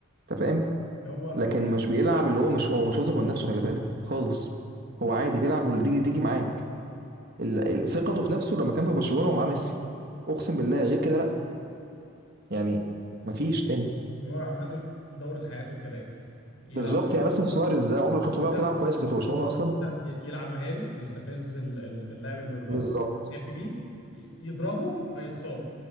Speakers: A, on the right (about 45°); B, on the left (about 70°).
A: انت فاهم
B: اللي هو هو
A: لكن مش بيلعب اللي هو مش هو مش واثق من نفسه خلي بالك خالص هو عادي بيلعب واللي تيجي تيجي معاك ال- ال- ثقته في نفسه لما كان في برشلونه ومعاه ميسي اقسم بالله غير كده لا يعني مفيش تاني
B: نيمار عامه دوره حياته كالاتي يلعب
A: بالظبط يعني مثلا سواريز ده عمرك شفته بيعرف
B: يلعب
A: يلعب كويس غير في برشلونه اصلا
B: يلعب مهاري يستفز ال- ال- اللاعب اللي قدامه
A: بالظبط
B: يغفي بيه ي- يضربه فيتصاب